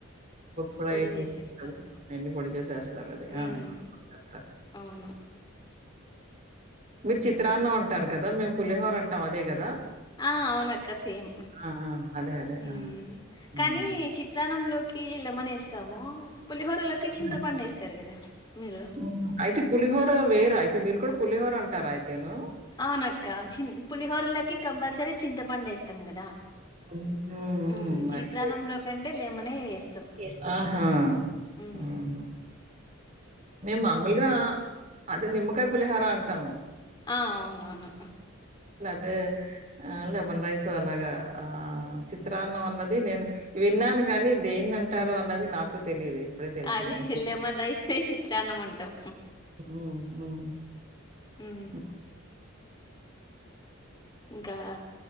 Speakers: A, on the right; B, on the left.
A: పొ
B: పొడి
A: అయిపో
B: చేసేస్తారు
A: ఆహ్ ఆయన్ని పొడి చేసేస్తారు అది
B: ఉమ్
A: ఎస్తేరు
B: అవును
A: మీరు చిత్రాన్నం అంటారు కదా మేము పులిహోర అంటాం అదే కదా
B: ఆహ్ అవునక్క సేమ్
A: ఆ! ఆ! అదే. అదే.
B: ఊ
A: ఆ! హ్మ్.
B: కానీ చిత్రాన్నంలో కిలమనే ఇస్తాము పులిహోరలోకి చింతపండెస్తారు
A: హ్మ్.
B: కదా మీరు
A: హ్మ్. అయితే పులిహోర వేరా? అయితే మీరు కూడా పులిహోర అంటార అయితేను
B: అవునక్క చి పులిహోరలకి కంపల్సరీ చింతపండెస్తాం కదా
A: హ్మ్. హ్మ్. హ్మ్.
B: ఊ చిత్రాన్నంలో
A: అయితే
B: కంటే లేమనే వేస్తాం
A: చేస్తాం. ఆహా!
B: ఊ
A: హ్మ్. మేము మామూలుగా అదే నిమ్మకాయ పులిహర అంటాము.
B: ఆహ్ అవునవును
A: అదే ఆ లెమన్ రైస్ అలాగా ఆ చిత్రాన్నం అన్నది నేను విన్నాను కానీ దేన్ని అంటార అన్నది నాకు తెలీదు. ఇప్పుడే తెలిసింది.
B: అదే లేమన్ రైస్నే చి ఉట్టన్నం అంటాం
A: హ్మ్. హ్మ్.
B: ఊ
A: హ్మ్.
B: ఇంకా